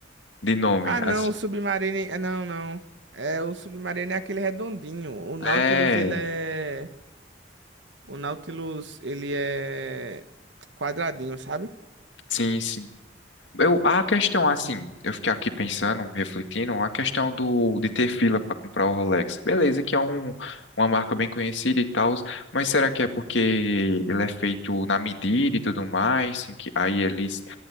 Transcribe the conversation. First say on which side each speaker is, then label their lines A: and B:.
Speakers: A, on the left (about 85°); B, on the right (about 80°).
A: de nome?
B: Ah, não,
A: As-
B: o Submarine. é, Não, não. É, o Submarine é aquele redondinho. O Nautilus,
A: É,
B: ele é. O Nautilus, ele é quadradinho, sabe?
A: sim, sim. Eu, a questão, assim, eu fiquei aqui pensando, refletindo, a questão do, de ter fila para comprar o Rolex. Beleza, que é um, uma marca bem conhecida e tal, mas será que é porque ele é feito na medida e tudo mais, assim, que aí eles